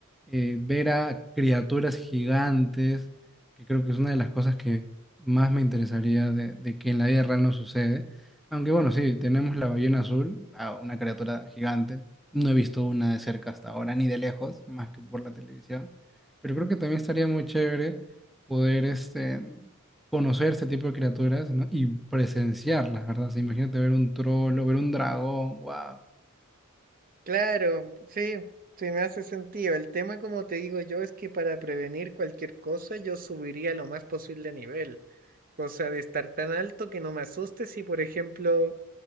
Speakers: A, in the centre; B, on the right (about 40°).
A: eh, ver a criaturas gigantes, que creo que es una de las cosas que más me interesaría de, de que en la vida real no sucede. Aunque bueno, sí, tenemos la ballena azul, ah, una criatura gigante, no he visto una de cerca hasta ahora, ni de lejos, más que por la televisión. Pero creo que también estaría muy chévere poder este, conocer este tipo de criaturas, ¿no? Y presenciarlas, ¿verdad? O sea, imagínate ver un troll o ver un dragón, wow.
B: Claro, sí, sí me hace sentido. El tema, como te digo yo, es que para prevenir cualquier cosa yo subiría lo más posible de nivel. Cosa de estar tan alto que no me asuste si, por ejemplo,